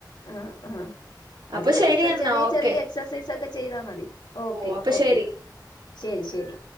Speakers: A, on the left; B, on the right.
A: ആഹ് ആഹ്
B: അപ്പൊ
A: അത്
B: ശരി എന്നാ
A: ചെറിയ
B: ഓക്കെ
A: ചെറിയ എക്സസൈസ് ഒക്കെ ചെയ്താ മതി ഓക്കെ
B: ഓ അപ്പൊ
A: ഓക്കെ
B: ശരി
A: ശരി ശരി